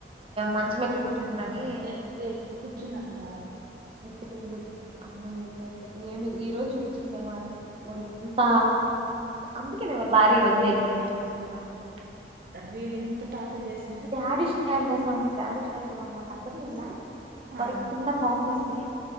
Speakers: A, on the right; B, on the right.
A: మంచం ఎక్కి
B: ఆ
A: కూర్చుంటారని
B: ఎక్ ఎక్ కూర్చున్నాడు బాగా
A: ఎతి గుర్ అమ్మాయి ఎడతారు ఏమి ఈరో జు చూపించింది మేమ్ వాడ మడి ఎంత అందుకే మేమ్మల్ళ భారీ రోజులు వెళ్ళిపోయింది అకే మనాకప్ప
B: వీడింత టాచర్ చేసి
A: శ అడిష్ నయల్ మ సా అడిష్ నయల్ వ అర్థమ ఇల్ వాడకి
B: ఆ
A: చిన్న కోపం వస్తే